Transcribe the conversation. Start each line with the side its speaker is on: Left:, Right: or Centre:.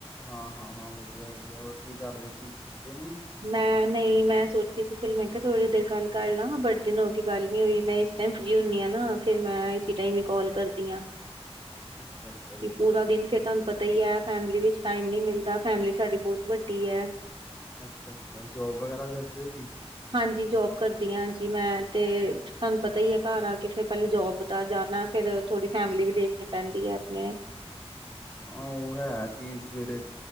Left: ਹਾਂ-ਹਾਂ, ਹਾਂ ਵਧੀਆ- ਵਧੀਆ ਹੋਰ ਕੀ ਕਰ ਰਹੇ ਸੀ ਸੁੱਤੇ ਨੀ
Right: ਮੈਂ ਨਹੀਂ ਮੈਂ ਸੋਚਦੀ ਸੀ ਚਲੋ ਮੈਂ ਕਿਹਾ ਥੋੜੀ ਦੇਰ ਗੱਲ ਕਰ ਲਾ। ਬੜੇ ਦਿਨ ਹੋ ਕੇ ਗੱਲ ਨੀ ਹੋਈ ਮੈਂ ਇਸ ਫਰੀ ਹੁੰਦੀ ਆ ਨਾ ਫੇਿਰ ਮੈਂ ਟਾਈਮ ਕਾਲ ਕਰਦੀ ਹਾਂ,
Left: ਅੱਛਾ ਅੱਛਾ
Right: ਕਿ ਪੂਰਾ
Left: ਅੱਛਾ
Right: ਦਿਨ ਫੇਰ ਤੁਹਾਨੂੰ ਪਤਾ ਹੀ ਹੈ ਫੈਮਿਲੀ ਵਿੱਚ ਟਾਈਮ ਨੀ ਮਿਲਦਾ। ਫੈਮਿਲੀ ਸਾਡੀ ਬਹੁਤ ਵੱਡੀ ਹੈ।
Left: ਅੱਛਾ, ਅੱਛਾ ਜੋਬ ਵਗੈਰਾ ਕਰਦੇ ਹੋ ਕਿ
Right: ਹਾਂਜੀ, ਜੋਬ ਕਰਦੀ ਆਂ ਜੀ ਮੈਂ ਤੇ। ਤਾਨੂੰ ਪਤਾ ਈ ਐ ਘਰ ਆ ਕੇ ਫੇ਼ਰ ਪਹਿਲੇ ਜੋਬ ਦਾ ਜਾਣਾ ਫੇ਼ਰ ਥੋੜ੍ਹੀ ਫੈਮਿਲੀ ਵੀ ਦੇਖਣੀ ਪੈਂਦੀ ਐ ਆਪਣੇ
Left: ਹਾਂ ਹੋਰ ਐ ਕਿ ਸਵੇਰੇ